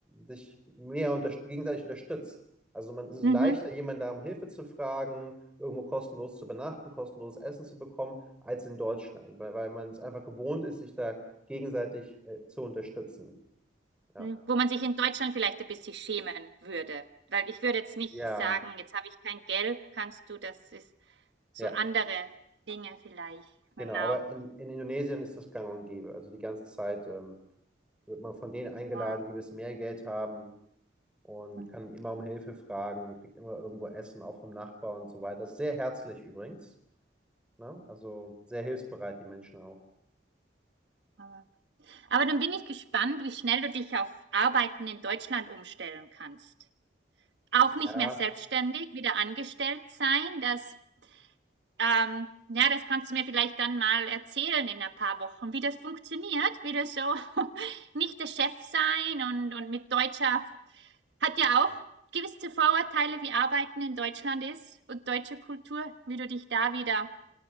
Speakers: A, in the centre; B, on the right.
A: sich mehr unter, gegenseitig unterstützt. Also man es ist
B: Mhm.
A: leichter, jemanden da um Hilfe zu fragen, irgendwo kostenlos zu übernachten, kostenloses Essen zu bekommen, als in Deutschland, weil, weil man es einfach gewohnt ist, sich da gegenseitig äh, zu unterstützen. Ja.
B: Mhm. Wo man sich in Deutschland vielleicht ein bisschen schämen würde. Weil ich würde jetzt nicht
A: Ja,
B: sagen, jetzt habe ich kein Geld, kannst du, das ist so
A: ja,
B: andere Dinge vielleicht. Genau.
A: genau. Aber in, in Indonesien ist das gang und gäbe. Also die ganze Zeit ähm, wird man von denen eingeladen,
B: Ja.
A: die ein bisschen mehr Geld haben und
B: Mhm.
A: kann immer um Hilfe fragen, kriegt immer irgendwo Essen, auch vom Nachbar und so weiter. Sehr herzlich übrigens, ne? Also sehr hilfsbereit, die Menschen auch.
B: Aber, aber dann bin ich gespannt, wie schnell du dich auf Arbeiten in Deutschland umstellen kannst. Auch nicht
A: Ja,
B: mehr selbstständig, wieder angestellt sein, das ähm, ja, das kannst du mir vielleicht dann mal erzählen in ein paar Wochen, wie das funktioniert, wie das so <laughs> nicht der Chef sein und, und mit Deutscher hat ja auch gewisse Vorurteile, wie Arbeiten in Deutschland ist und deutsche Kultur, wie du dich da wieder